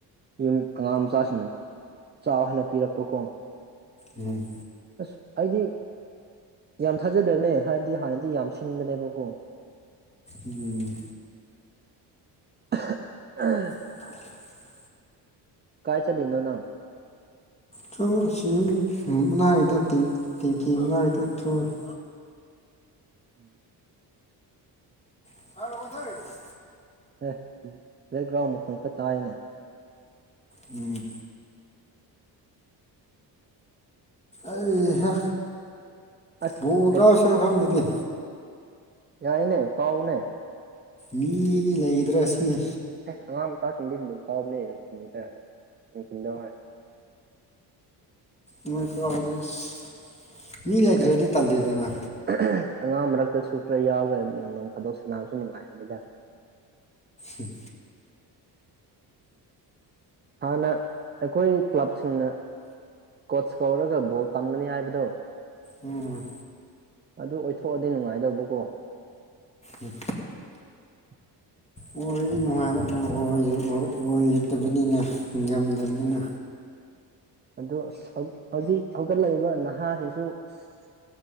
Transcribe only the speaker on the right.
ꯌꯨꯝ ꯑꯉꯥꯡ ꯃꯆꯥꯁꯤꯡꯅ ꯆꯥꯎ ꯍꯥꯏꯅ ꯄꯤꯔꯛꯄ ꯀꯣ꯫
ꯑꯁ ꯑꯩꯗꯤ ꯌꯥꯝ ꯊꯥꯖꯗꯕꯅꯦ ꯍꯥꯏꯕꯗꯤ ꯍꯥꯟꯅꯗꯤ ꯌꯥꯝ ꯁꯤꯟꯕꯅꯦꯕꯀꯣ꯫
<unintelligible>
ꯀꯥꯏ ꯆꯠꯂꯤꯅꯣ ꯅꯪ
ꯎꯝ
ꯑꯦ ꯕ꯭ꯂꯦꯛꯒ꯭ꯔꯥꯎꯟ ꯃꯈꯣꯜ ꯈꯔ ꯇꯥꯏꯅꯦ
ꯑꯁ
ꯌꯥꯏꯅꯦ ꯀꯥꯎꯅꯦ
ꯑꯦ ꯑꯉꯥꯡ ꯃꯆꯥꯁꯤꯡꯗꯤ ꯑꯗꯨꯝ ꯀꯥꯎꯕꯅꯦ ꯅꯨꯡꯊꯤꯟꯗ ꯅꯨꯡꯊꯤꯟꯗ ꯍꯣꯢ
ꯑꯦ
<unintelligible> ꯑꯉꯥꯡ ꯃꯔꯛꯇꯁꯨ ꯈꯔ ꯌꯥꯎꯕꯌꯥꯏ ꯎꯝ ꯅꯣꯡ ꯐꯥꯗꯣꯛ ꯁꯥꯟꯅꯕꯁꯨ ꯅꯨꯡꯉꯥꯏꯕꯅꯤꯗ
ꯍꯥꯟꯅ ꯑꯩꯈꯣꯏ ꯀ꯭ꯂꯕꯁꯤꯡꯅ ꯀꯣꯆ ꯀꯧꯔꯒ ꯕꯣꯜ ꯇꯝꯒꯅꯤ ꯍꯥꯏꯕꯗꯣ
ꯑꯗꯨ ꯑꯣꯏꯊꯣꯛꯑꯗꯤ ꯅꯨꯡꯉꯥꯏꯗꯧꯕꯀꯣ
<inaudible>
ꯑꯗꯣ ꯑꯁ ꯍꯧ ꯍꯧꯖꯤꯛ ꯍꯧꯒꯠꯂꯛꯏꯕ ꯅꯍꯥꯁꯤꯡꯁꯨ ꯑꯁ